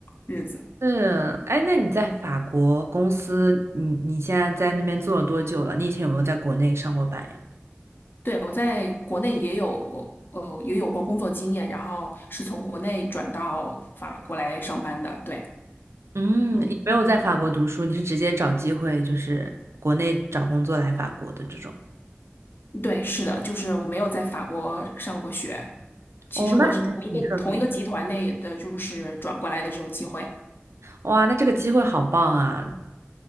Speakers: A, on the left; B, on the right.
A: 日子。
B: 是，哎，那你在法国公司，你你现在在那边做了多久了？你以前有没有在国内上过班呀？
A: 对，我在国内也有呃也有过工作经验，然后是从国内转到法国来上班的。对，
B: 嗯，
A: 嗯，
B: 你没有在法国读书，你是直接找机会，就是国内找工作来法国的这种。
A: 对，是的，就是我没有在法国上过学，其实我是同一个同一个集团内的，
B: 哦，那还挺特别。
A: 就是转过来的这种机会。
B: 哇，那这个机会好棒啊！